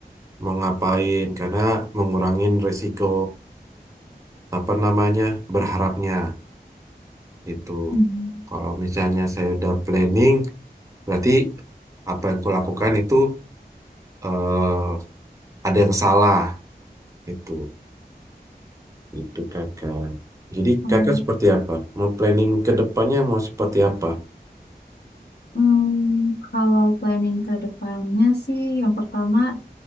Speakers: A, on the right; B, on the left.
A: mau ngapain karena mengurangin resiko apa namanya berharapnya itu.
B: Hmm.
A: Kalau misalnya saya udah planning berarti apa yang kulakukan itu eh, ada yang salah itu. Itu kakak. Jadi
B: Oh,
A: kakak seperti apa? Mau planning ke depannya mau seperti apa?
B: hmm, kalau planning ke depannya sih, yang pertama